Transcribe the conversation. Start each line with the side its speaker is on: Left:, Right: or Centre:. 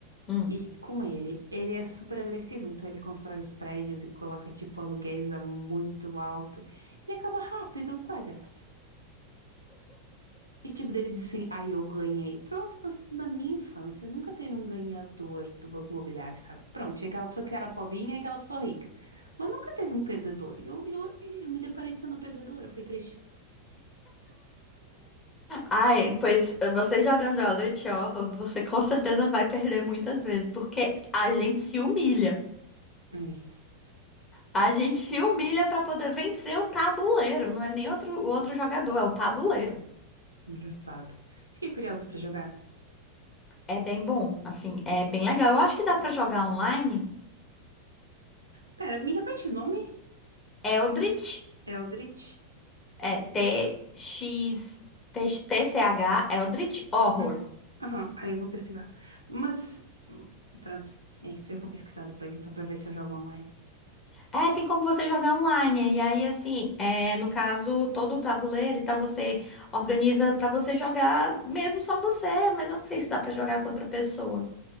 Left: Hum.
Right: E com ele, ele é super agressivo, então ele constrói os prédios e coloca, tipo, aluguéis a muito alto e acaba rápido, qual é a graça? E, tipo, dele diz assim, aí eu ganhei. Pronto, mas na minha infância nunca teve um ganhador do Banco Imobiliário, sabe? Pronto, tinha aquela pessoa que era pobinha e aquela pessoa rica. Mas nunca teve um perdedor. E eu, eu, eu me deparei sendo a perdedora, foi triste.
Left: Ai, pois você jogando Eldritch Horror, você com certeza vai perder muitas vezes, porque a gente se humilha.
Right: Ai,
Left: A gente se humilha pra poder vencer o tabuleiro, não é nem outro, o outro jogador, é o tabuleiro.
Right: engraçado. Fiquei curiosa pra jogar.
Left: É bem bom, assim, é bem legal. Eu acho que dá pra jogar online.
Right: Pera, me repete o nome?
Left: Eldritch,
Right: Eldritch.
Left: é T-X,
Right: Eldritch.
Left: T-C-H, Eldritch Horror.
Right: Uhum. Aham, Aí eu vou pesquisar. Mas, hum, pronto, é isso. Eu vou pesquisar depois, então, pra ver se eu jogo online.
Left: É, tem como você jogar online. E aí, assim, é, no caso, todo o tabuleiro e tal, você organiza pra você jogar, mesmo só você, mas eu não sei se dá pra jogar com outra pessoa.